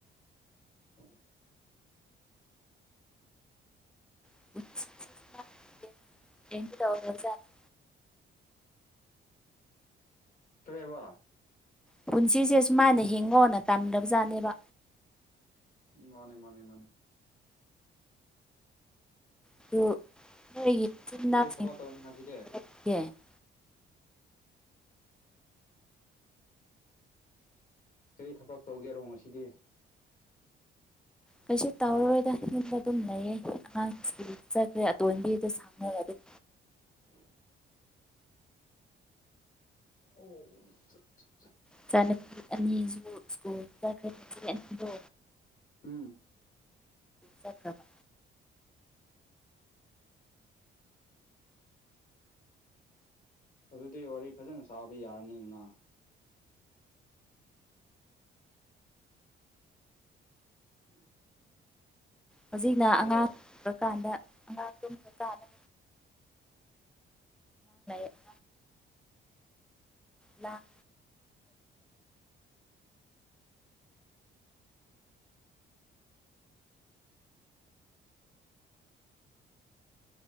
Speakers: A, on the left (about 45°); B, in the centre.
A: <inaudible>
B: <unintelligible>
A: ꯀꯔꯤꯍꯥꯏꯕ꯫
B: ꯄꯨꯟꯁꯤꯁꯦ ꯁꯨꯃꯥꯏꯅ ꯍꯤꯡꯉꯣꯅ ꯇꯝꯗꯕꯖꯥꯠꯅꯦꯕ꯫
A: ꯎꯝ ꯃꯥꯅꯦ ꯃꯥꯅꯦ ꯃꯥꯅꯦ꯫
B: ꯑꯗꯨ
A: ꯀꯔꯤ
B: <unintelligible>
A: ꯊꯕꯛ ꯇꯧꯅꯤ ꯉꯁꯤꯗꯤ ꯀꯔꯤ ꯊꯕꯛ ꯇꯧꯒꯦꯔꯣ ꯉꯁꯤꯗꯤ꯫
B: ꯀꯩꯁꯨ ꯇꯧꯔꯔꯣꯏꯗ ꯌꯨꯝꯕ ꯑꯗꯨꯝ ꯂꯩꯌꯦ ꯑꯉꯥꯡ ꯁ꯭ꯀꯨꯜ ꯆꯠꯈ꯭ꯔꯦ ꯑꯇꯣꯟꯕꯤꯗ ꯁꯪꯅꯔꯒ ꯑꯗꯨꯝ꯫
A: <inaudible> ꯑꯣ꯫
B: ꯏꯆꯥꯅꯨꯄꯤ ꯑꯅꯤꯁꯨ ꯁ꯭ꯀꯨꯜ ꯆꯈ꯭ꯔꯦ ꯑꯁꯤ ꯑꯅꯤꯗꯣ꯫
A: ꯎꯝ꯫
B: ꯆꯠꯈꯔꯕ꯫
A: ꯑꯗꯨꯗꯤ ꯋꯥꯔꯤ ꯐꯖꯅ ꯁꯥꯕ ꯌꯥꯔꯅꯤꯗꯅ꯫ <inaudible>
B: ꯍꯧꯖꯤꯛꯅ
A: ꯅꯠꯇ꯭ꯔꯣ
B: ꯑꯉꯥꯡ ꯀꯥꯟꯗ ꯑꯉꯥꯡ ꯇꯨꯝꯃꯤ ꯀꯥꯟꯗ <unintelligible> ꯂꯥꯡ
A: <inaudible>